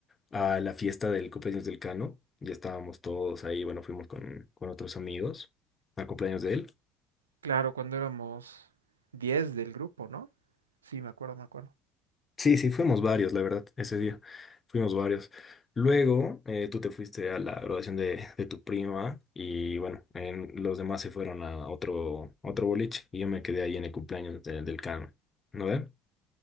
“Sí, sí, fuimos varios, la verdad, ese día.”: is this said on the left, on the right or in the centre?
Left